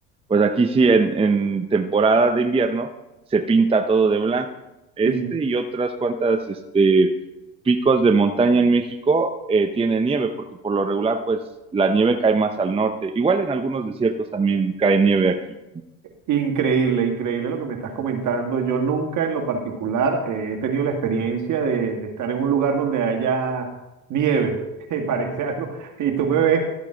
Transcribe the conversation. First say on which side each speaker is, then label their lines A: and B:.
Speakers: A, on the right; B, on the right.
A: pues aquí sí, en, en temporada de invierno se pinta todo de blanco. Este
B: Y
A: y otras cuantas, este, picos de montaña en México eh, tienen nieve, porque por lo regular, pues la nieve cae más al norte. Igual en algunos desiertos también cae nieve aquí.
B: Increíble, increíble lo que me estás comentando. Yo nunca en lo particular eh, he tenido la experiencia de, de estar en un lugar donde haya nieve, <laughs> Eh, parece algo, y tú me ves,